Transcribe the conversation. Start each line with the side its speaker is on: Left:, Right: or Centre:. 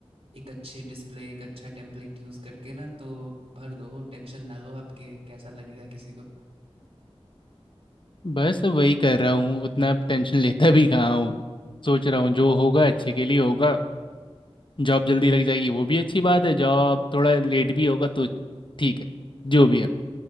Right: एक अच्छे डिस्प्ले एक अच्छा टेम्पलेट यूज़ करके ना तो भर दो टेंशन ना लो आपके कैसा लगेगा किसी को
Left: बस वही कर रहा हूँ उतना टेंशन लेता भी कहाँ हूँ सोच रहा हूँ जो होगा अच्छे के लिए होगा जॉब जल्दी लग जाएगी वो भी अच्छी बात है जॉब थोड़ा लेट भी होगा तो ठीक है जो भी है